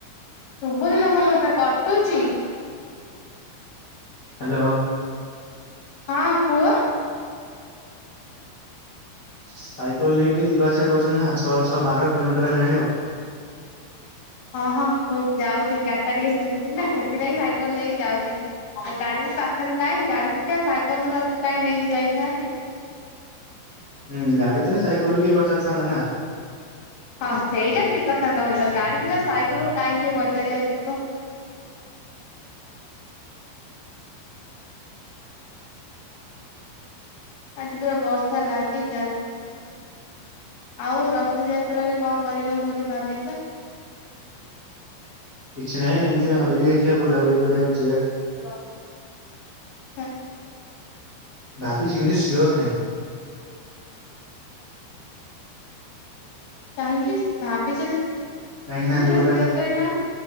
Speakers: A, on the left; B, on the left.
A: ଶୁଭୁନି ତମ କଥା କଟୁଚ?
B: ହ୍ୟାଲୋ!
A: ହଁ କୁହ!
B: ସାଇକେଲ ନେଇକି ଯିବା ଆସିବା କରୁଛନ୍ତି ନା ଛଅ ଛଅ ବାର କିଲୋମିଟର ହେଲାଣି ଆଉ।
A: <inaudible> ହଁ ହଁ ହୁବ ଯାଉଛି ଗାଡି ଟା ଟିକେ ଶୁଖିନି ନା ସେଥିଲାଗି ସାଇକେଲ ନେଇକି ଯାଉଛି ଆଉ ଗାଡି ପାଖରେ ନାଇଁ ଗାଡି ଥିଲା ସାଇକେଲ କାହିଁ ନେଇକି ଯାଇଥାନ୍ତି?
B: ହୁଁ ଗାଡି ରେ ସାଇକେଲରୁ କିଏ ପଚାରିଥାନ୍ତା ନା!
A: ହଁ ସେଇଟା ଠିକ କଥା କହିଲ ଗାଡି ଥିଲା ସାଇକେଲରୁୁ କାହିଁକି ପଚାରିବା ଯିବ? <inaudible> ଆଜି ପୁରା ବର୍ଷା ଲାଗି ଚାଲିଛି ଆଉ ରଥଯାତ୍ରାରେ କଣ କରିବ ବୋଲି ଭାବିଛ? <inaudible>
B: କିଛି ନାହିଁ ଏମିତି ଭାବିକି ଦେଖିବା ବୁଲାବୁଲି କରିବାକୁ ଯିବା।
A: <unintelligible>
B: ଭାବିଛି କିନ୍ତୁ ସିଓର ନାହିଁ।
A: କହିଁକି ଭାବି ସିଓର
B: କାହିଁକି ନା ଯୋଉଟା
A: କହି ନାଅ